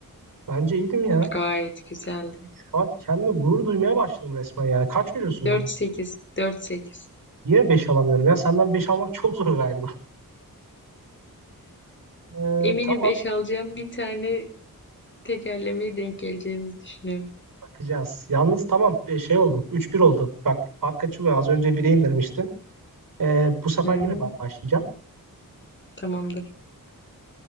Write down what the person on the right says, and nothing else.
Bence iyiydim ya.
Şu an kendime gurur duymaya başladım resmen yani. Kaç veriyorsun
bana?
Yine 5 alamıyorum ya. Senden 5 almak çok zor galiba. Ee,
tamam
bakacağız. Yalnız tamam e, şey oldum. 3-1 oldu. Bak fark açılıyor. Az önce 1'e indirmiştin. Ee, bu sefer
yine ben başlayacağım.